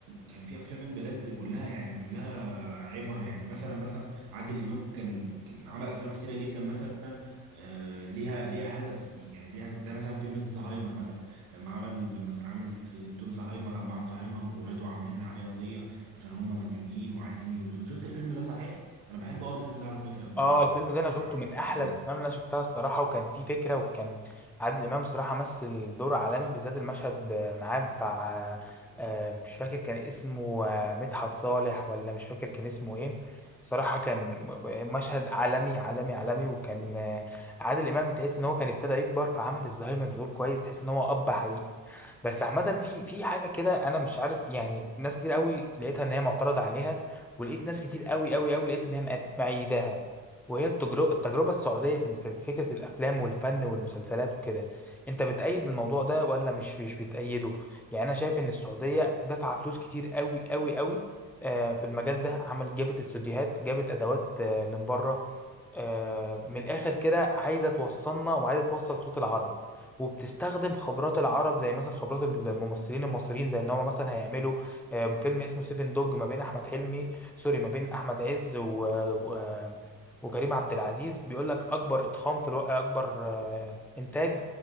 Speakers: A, on the right; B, in the centre.
A: كان في أفلام بجد كلها يعني كلها عبر يعني مثلا مثلا عادل إمام كان كان عمل أفلام كتيرة جدا مثلا آه، ليها ليها هدف يعني ليها هدف زي مثلا فيلم زهايمر مثلا لما عمل لما كان عامل في دور زهايمر اب عن زهايمر وولاده عاملين عليه قضيه عشان هم مديونين وعايزين يورثوه شفت الفيلم ده صحيح انا بحب اول الفيلم ده على فكره بتاع
B: اه الفيلم ده
A: بتاع
B: انا شفته من احلى
A: زهايمر
B: الافلام اللي انا شفتها الصراحه وكان فيه فكره وكان عادل امام الصراحه مثل دور عالمي بالذات المشهد ب- معاه بتاع آه، مش فاكر كان اسمه آه، مدحت صالح ولا مش فاكر كان اسمه ايه صراحه كان م- مشهد عالمي عالمي عالمي وكان آه، عادل امام تحس ان هو كان ابتدى يكبر فعمل الزهايمر بدور كويس تحس ان هو اب حقيقي بس عامه في في حاجه كده انا مش عارف يعني ناس كتير قوي لقيتها ان هي معترضه عليها ولقيت ناس كتير قوي قوي قوي لقيت ان هي مقد- مأيداها وهي التجر- التجربة السعودية في في فكرة الأفلام والفن والمسلسلات وكده أنت بتأيد الموضوع ده ولا مش مش بتأيده؟ يعني أنا شايف إن السعودية دفع فلوس كتير قوي قوي قوي آه، في المجال ده عملت جابت استوديوهات جابت أدوات آه، من بره آه، من الاخر كده عايزه توصلنا وعايزه توصل صوت العرب وبتستخدم خبرات العرب زي مثلا خبرات الممثلين المصريين زي ان هم مثلا هيعملوا آه، فيلم اسمه سيفن دوج ما بين احمد حلمي سوري ما بين احمد عز و... و... آه، وكريم عبد العزيز بيقول لك اكبر اتخام في الو... اكبر آه، انتاج